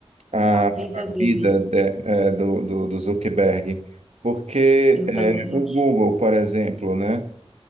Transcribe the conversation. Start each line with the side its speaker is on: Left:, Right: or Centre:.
Right: a,
Centre: A vida
Right: a
Centre: dele,
Right: vida de- é, do, do, do Zuckerberg. Porque
Centre: eu
Right: é,
Centre: também
Right: o
Centre: acho.
Right: Google, por exemplo, né?